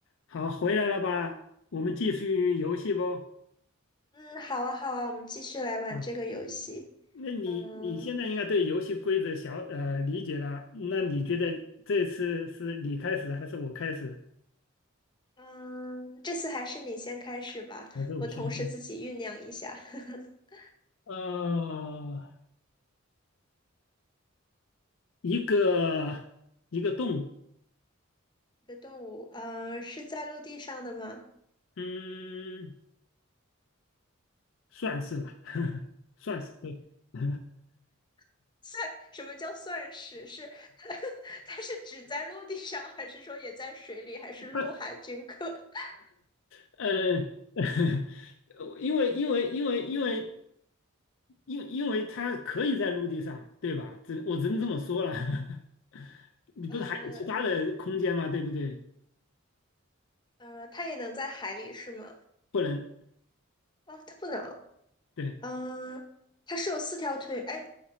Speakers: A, on the left (about 65°); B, on the left (about 20°).
A: 好，回来了吧？我们继续游戏不？
B: 嗯，好啊，好啊，我们继续来玩这个游戏。
A: 啊，那你你现在应该对游戏规则小呃理解了，
B: 嗯
A: 那你觉得这次是你开始还是我开始，
B: 嗯，这次还是你先开始吧，
A: 还是我先开始？
B: 我同时自己酝酿一下。<laughs>
A: 呃，一个一个动物，
B: 一个动物，嗯，是在陆地上的吗？
A: 嗯，算是吧，<laughs> 算是对。<laughs>
B: <laughs> 算，什么叫算是？是 <laughs> 它是只在陆地上，还是说也在水里，还是陆海均可？
A: 它
B: <laughs>
A: 呃，<laughs> 呃因为因为因为因为因因为它可以在陆地上，对吧？只我只能这么说了。<laughs> 你不是还有其他的空间吗？
B: 呃
A: 对不对？
B: 呃，它也能在海里是吗？
A: 不能，
B: 哦，它不能。
A: 对
B: 嗯，它是有四条腿。哎，